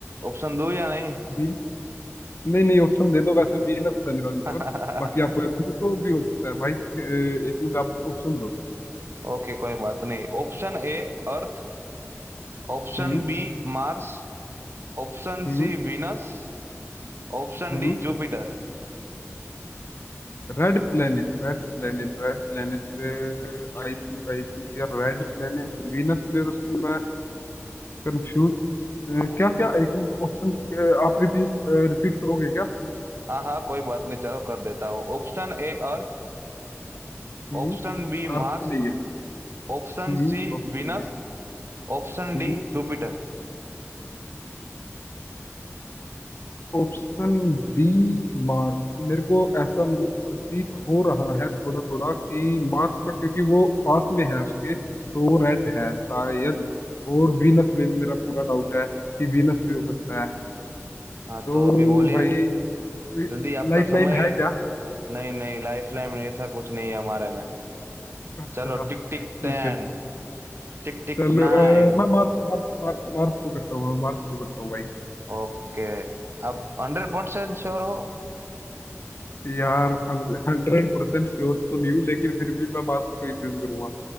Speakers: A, on the right; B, on the left.
A: ऑप्शन दो या नहीं
B: हम्म नहीं नहीं ऑप्शन दे दो वैसे वीनस है मेरा आंसर
A: <laughs>
B: बाकी आप प्लूटो भी हो सकता है भाई अ, एक मिनट आप ऑप्शन दो
A: ओके कोई बात नहीं Option A earth option
B: हम्म
A: B Mars option
B: हम्म
A: C Venus option
B: हम्म
A: D Jupiter
B: red planet red planet red planet आई थिंक I think यार रेड प्लेनेट वीनस में उसमें कंफ्यूज क्या क्या एक मिनट ऑप्शन आप रिपीट रिपीट करोगे क्या
A: हाँ हाँ कोई बात नहीं चलो कर देता हूँ Option A earth
B: हम्म
A: option B
B: ऑप्शन
A: Mars
B: नहीं है
A: option
B: हम्म
A: C
B: Option
A: Venus
B: B
A: option
B: हम्म
A: D Jupiter
B: ऑप्शन बी मार्स मेरे को ऐसा मतलब प्रतीत हो रहा है थोड़ा थोड़ा कि मार्स का क्योंकि वो पास में है उसके तो वो रेड है शायद और वीनस में भी मेरा पूरा डाउट है कि वीनस भी हो सकता है
A: हाँ
B: तो
A: तो अभी बोलिए
B: भाई कोई
A: जल्दी आपका
B: लाइफ
A: समय
B: लाइन है क्या
A: नहीं नहीं लाइफ लाइन ऐसा कुछ नहीं है हमारे में
B: <laughs> अच्छा
A: चलो tick tick ten
B: ठीक है
A: tick tick
B: चलो
A: nine
B: अ, मैं मार्स मार्स मार्स मार्स को करता हूँ मैं मार्स को करता हूँ भाई
A: Okay अब हंड्रेड परसेंट श्योर हो
B: यार हंड्रेड परसेंट श्योर तो नहीं हूँ लेकिन फिर भी मैं मार्स को ही चूज करूंगा